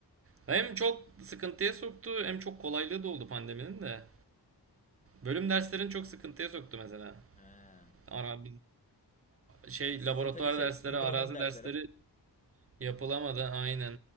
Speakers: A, on the right; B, on the left.
A: Hem çok sıkıntıya soktu hem çok kolaylığı da oldu pandeminin de. Bölüm derslerini çok sıkıntıya soktu mesela.
B: He.
A: Ara, şey
B: Sizde
A: laboratuvar
B: tabii şey
A: dersleri,
B: uygulamalı
A: arazi
B: dersler
A: dersleri
B: hep.
A: yapılamadı aynen.